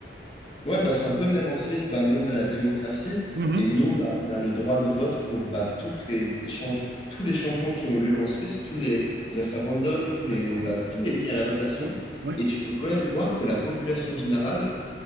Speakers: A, on the left; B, on the right.
A: Ouais, bah, c'est un peu même en Suisse, bah, nous on a la démocratie
B: Mhm.
A: et nous bah, on a le droit de vote pour bah, toutes les change- tous les changements qui ont lieu en Suisse, tous les référendums, tous les,
B: Ouais, voilà.
A: bah, tout est mis à la votation.
B: Ouais, ouais,
A: Et tu peux quand même voir que la population générale